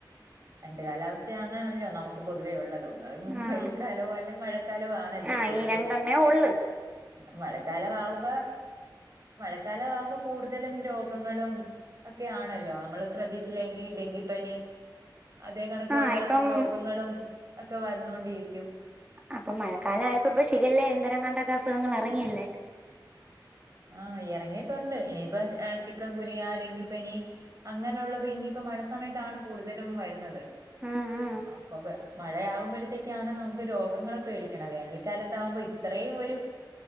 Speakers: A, on the right; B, on the right.
A: രണ്ട് കാലാവസ്ഥയാണണല്ലോ നമുക്ക് പൊതുവേ ഉള്ളതും എന്നാലും
B: ആഹ്
A: വെയിൽ കാലവും അല്ല മഴക്കാലവും ആണല്ലോ
B: ആഹ്
A: തീർ
B: ഈ രണ്ടെണ്ണേ ഒള്ള്
A: മഴക്കാലമാകുമ്പ മഴക്കാല ആവുമ്പോ കൂടുതലും രോഗങ്ങളും ഒക്കെ ആണല്ലോ നമ്മള് ശ്രദ്ധിച്ചില്ലെങ്കിൽ ഡെങ്കിപ്പനി അതേ കണക്കുള്ള
B: ആഹ് ഇപ്പം
A: രോഗങ്ങളും ഒക്കെ വന്നോണ്ടിരിക്കും
B: അപ്പോ മഴക്കാല ആയപ്പോ ഇപ്പം ഷിഗല എന്തോരങ്ങാണ്ടേക്കെ അസുഖങ്ങള് ഇറങ്ങിയല്ലേ
A: ആഹ് ഇറങ്ങിയിട്ടുണ്ട് ഇനിയിപ്പോ ചിക്കൻ ഗുനിയ ഡങ്കിപ്പനി അങ്ങനെയുള്ളത് ഇനിയിപ്പോ മഴ സമയത്താണ് കൂടുതലും വരുന്നത്
B: ആഹ് ആഹ്
A: അപ്പ മഴയാകുമ്പോഴത്തേക്കാണ് നമുക്ക് രോഗങ്ങളെ പേടിക്കണേ വേനൽക്കാലത്താകുമ്പോൾ ഇത്രയും ഒരു